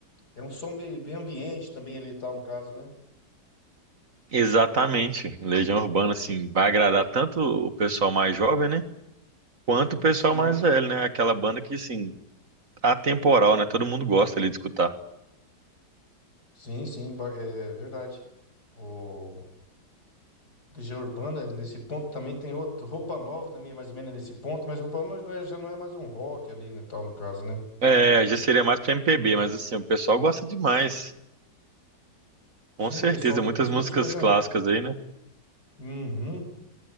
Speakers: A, on the left (about 65°); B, on the right (about 50°).
A: é, é um som bem, bem ambiente também ali e tal, no caso, né?
B: Exatamente. Legião Urbana, assim, vai agradar tanto o pessoal mais jovem, né, quanto o pessoal
A: Sim,
B: mais velho, né? Aquela banda que, assim, atemporal, né? Todo mundo gosta ali de escutar.
A: sim, sim, ba- é verdade. O Legião Urbana, nesse ponto, também tem outro, Roupa Nova também, é mais ou menos nesse ponto, mas Roupa Nova não é- já não é mais um rock ali, né, tal, no caso, né?
B: É, já seria mais pra MPB, mas assim, o pessoal gosta demais.
A: Sim,
B: Com certeza,
A: pessoal,
B: muitas
A: principalmente
B: músicas
A: mais antes.
B: clássicas aí, né?
A: Uhum.